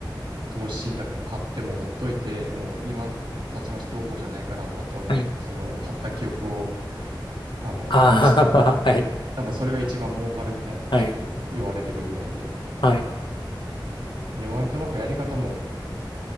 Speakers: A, on the right; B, on the left.
A: 投資信託も買ってもほっといて、もう今、たちまちどうこうじゃないから、もうあとはもう、
B: はい。
A: その、買った記憶を、あの、
B: ああ、
A: 飛ばして、
B: <laughs> はい。
A: 多分それが一番儲かるみたいな話も言う言われてるぐらいで。
B: はい。はい。
A: で、割となんかやり方も